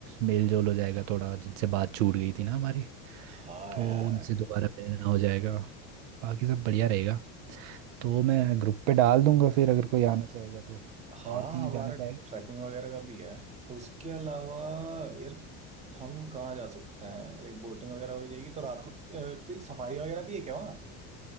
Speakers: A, on the right (about 80°); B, on the right (about 20°).
A: मेल जोल हो जाएगा थोड़ा जिनसे बात छूट गई थी ना हमारी
B: हाँ
A: तो
B: यार
A: उनसे दोबारा मिलना हो जाएगा बाकी सब बढ़िया रहेगा तो मैं ग्रुप पे डाल दूंगा फिर अगर कोई आना चाहेगा तो
B: हाँ
A: और कहीं
B: हमारा
A: जाना चाहेगा
B: ट्रैकिंग वगैरह का भी है उसके अलावा यार हम कहाँ जा सकते हैं लाइक बोटिंग वगैरह हो जाएगी तो रात को अ, कोई सफारी वगैरह भी है क्या वहाँ